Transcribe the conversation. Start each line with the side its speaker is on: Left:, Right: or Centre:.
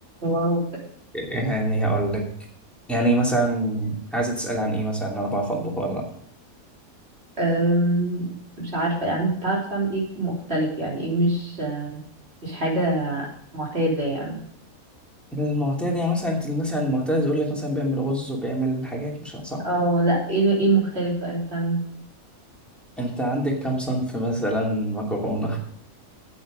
Right: واو
Centre: يعني هقول لك يعني مثلا عايزه تسال عن ايه مثلا انا بعرف اطبخ ولا لا
Right: أم، مش عارفة يعني تعرف تعمل ايه مختلف يعني ايه مش مش حاجة معتادة يعني
Centre: المعتاد يعني مثلا انت مثلا المعتاد يقول لك مثلا بيعمل رز وبيعمل حاجات مش عارف صح
Right: اه لا ايه ايه مختلف بقى اللي بتعمل
Centre: انت عندك كم صنف مثلا مكرونة